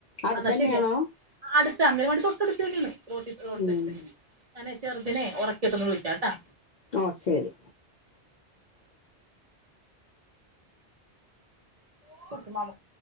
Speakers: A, on the left; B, on the right.
A: അടുത്തന്നെയാണോ
B: അന്നാ ശെരി. ആ അടുതാണ് ഞങ്ങടെ തൊട്ടടുത്ത് തന്നെണ് റോട്ടി റോട്ടടുത്ത്
A: ഉം
B: ന്നെണ്. ഞാനെ ചെറ്തനെ ഒറക്കിട്ടൊന്ന് വിളിക്കാട്ടാ.
A: ഓ ശെരി.
B: <unintelligible>